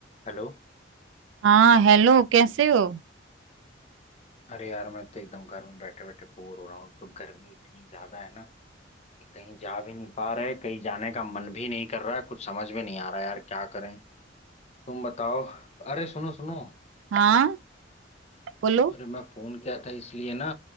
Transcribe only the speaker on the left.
Hello
अरे यार मैं तो एकदम घर में बैठे बैठे बोर हो रहा हूँ एक तो गर्मी इतनी ज्यादा है ना कि कहीं जा भी नहीं पा रहे कहीं जाने का मन भी नहीं कर रहा है कुछ समझ में नहीं आ रहा यार क्या करें तुम बताओ अरे सुनो सुनो
अरे मैं फोन किया था इसलिए ना